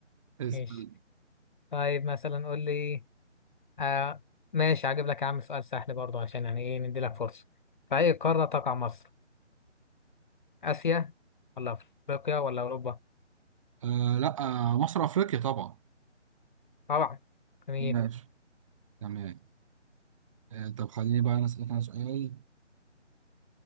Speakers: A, on the right; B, on the left.
A: اسأل
B: ماشي طيب مثلا قول لي آه ماشي هجيب لك يا عم سؤال سهل برضه عشان يعني ايه ندي لك فرصه في اي قاره تقع مصر اسيا ولا افريقيا ولا اوروبا
A: آه لا آه مصر أفريقيا طبعا
B: طبعا تمام
A: ماشي تمام آه طب خليني بقى أنا أسألك أنا سؤال